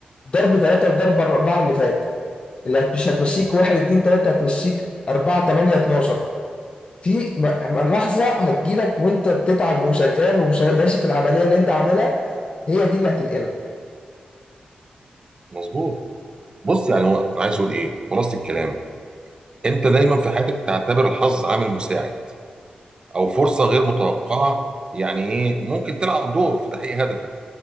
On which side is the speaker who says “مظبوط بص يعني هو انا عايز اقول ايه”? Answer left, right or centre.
Right